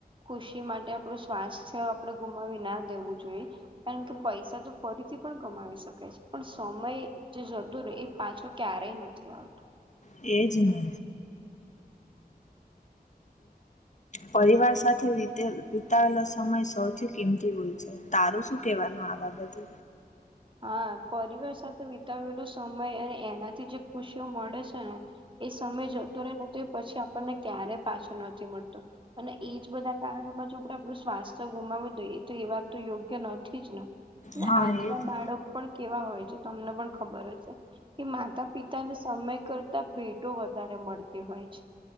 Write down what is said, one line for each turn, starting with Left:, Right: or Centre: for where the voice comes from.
Right: ખુશી માટે આપણું સ્વાસ્થ આપણેે ગુમાવી ના દેવું જોઈએ. કારણ કે પૈસો તો ફરીથી પણ કમાવી શકાય છે પણ સમય જે જતું રહ એ પાછું ક્યારેય નથી આવતુ.
Left: એ જને. પરિવાર સાથે વીતેલ વિતાવેલો સમય સૌથી કિંમતી હોય છે. તારું શું કેવાનું આ બાબતે.
Right: હા પરિવાર સાથે વિતાવેલો સમય અને એનાથી જે ખુશીઓ મળે છે ને એ સમય જતો રહેે ને તો એ પછી આપણને ક્યારેય પાછો નથી મળતો. અને એજ બધા કારણોમાં જો આપડે આપણું સ્વાસ્થ્ય ગુમાવી દઈએ એ તો એ વાર તો યોગ્ય નથી જ ને. ને
Left: હા
Right: આજના
Left: એજને.
Right: બાળક પણ કેવા હોય છે તમને પણ ખબર હશે કે માતા પિતાને સમય કરતા ભેટો વધારે મળતી હોય છે.